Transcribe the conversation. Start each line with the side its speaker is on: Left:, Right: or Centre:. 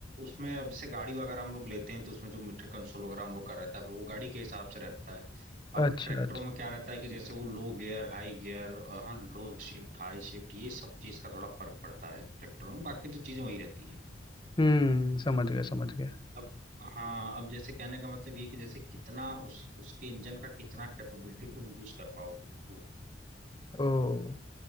Right: उसमें अब जैसे गाड़ी वगैरह हम लोग लेते हैं तो उसमें जो मीटर कंसोल वगैरह हम लोग का रहता है वो गाड़ी के हिसाब से रहता है अब
Left: अच्छा
Right: ट्रैक्टरों
Left: अच्छा
Right: में क्या रहता है कि जैसे वो लो गियर हाई गियर हाँ लो शिफ्ट हाई शिफ्ट ये सब चीज का थोड़ा फर्क पड़ता है ट्रैक्टरों में बाकी तो चीजें वही रहती हैं
Left: हम्म समझ गया समझ गया
Right: अब हाँ अब जैसे कहने का मतलब ये कि जैसे कितना उस उसके इंजन का कितना कैपेबिलिटी तुम यूज कर पाओगे वो
Left: ओ